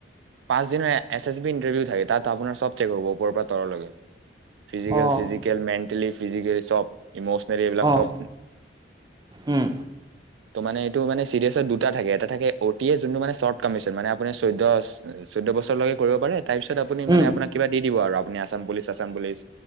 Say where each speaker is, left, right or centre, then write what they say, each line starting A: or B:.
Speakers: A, on the right; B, on the right.
A: পাঁচ দিনৰ এছ এছ বি ইণ্টাৰভিউ থাকে, তাত তা আপোনাৰ চব চেক হ'ব ওপৰৰ পৰা তললৈকে, ফিজিকেল,
B: অঁ,
A: চিজিকেল, মেণ্টেলি ফিজিকেলি চব ইমোচনেলি এইবিলাক
B: অঁ,
A: চব।
B: উম,
A: ত' মানে এইটো মানে চি ডি এছত দুটা থাকে, এটা থাকে অ টি এ যোনটো মানে চৰ্ট কমিশন, মানে আপুনি চৈধ্য এ চৈধ্য বছৰলৈকে কৰিব পাৰে তাৰ পিছত আপুনি
B: উম,
A: মানে আপোনাক কিবা দি দিব আৰু আপুনি আছাম পুলিচ আছাম পুলিচ